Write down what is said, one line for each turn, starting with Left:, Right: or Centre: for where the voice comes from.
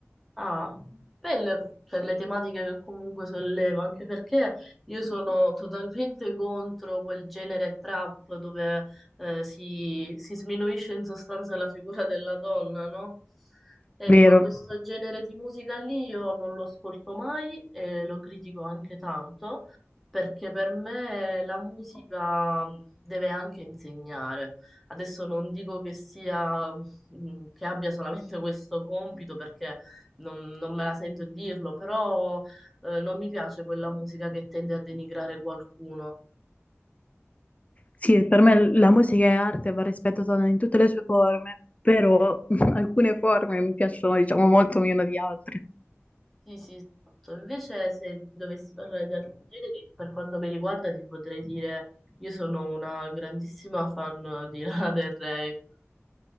Centre: Ah, belle per le tematiche che comunque sollevo, anche perché io sono totalmente contro quel genere trap dove eh, si, si sminuisce in sostanza la figura della donna, no? Ecco,
Left: vero?
Centre: questo genere di musica lì io non lo ascolto mai e lo critico anche tanto, perché per me la musica deve anche insegnare. Adesso non dico che sia, mh, che abbia solamente questo compito, perché non, non me la sento di dirlo, però eh, non mi piace quella musica che tende a denigrare qualcuno.
Left: Sì, per me la musica è arte, va rispettata in tutte le sue forme, però <laughs> alcune forme mi piacciono, diciamo, molto meno di altre.
Centre: Sì, sì, esatto. Invece se dovessi parlare di altri generi, per quanto mi riguarda, ti potrei dire, io sono una grandissima fan di Lana Del Rey,